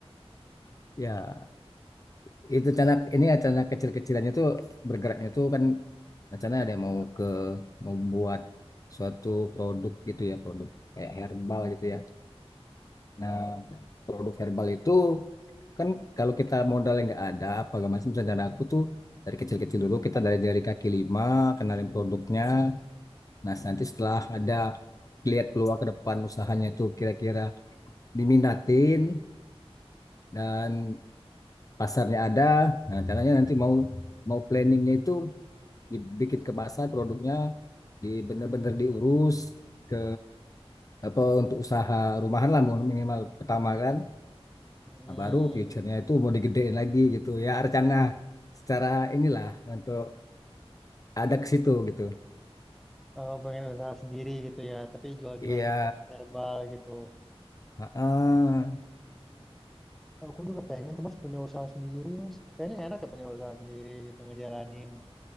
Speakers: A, on the left; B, in the centre.
A: Ya, itu rencana ini rencana kecil-kecilannya tuh bergeraknya tuh kan rencana ada yang mau ke membuat suatu produk gitu ya, produk kayak herbal gitu ya. Nah, produk herbal itu kan kalau kita modalnya nggak ada apa nggak macam misalnya dan aku tuh dari kecil-kecil dulu kita dari dari kaki lima kenalin produknya nah nanti setelah ada lihat peluang ke depan usahanya itu kira-kira diminatin dan pasarnya ada nah caranya nanti mau mau planningnya itu dibikin ke pasar produknya di bener-bener diurus ke apa untuk usaha rumahan lah minimal pertama kan
B: Hmm,
A: Nah, baru future-nya itu mau digedein lagi gitu ya rencana secara inilah untuk ada ke situ gitu.
B: oh, pengen usaha sendiri gitu ya, tapi jual-jualin
A: Iya,
B: produk herbal gitu.
A: heeh.
B: Aku juga pengen tuh mas punya usaha sendiri mas. Kayaknya enak ya punya usaha sendiri gitu ngejalanin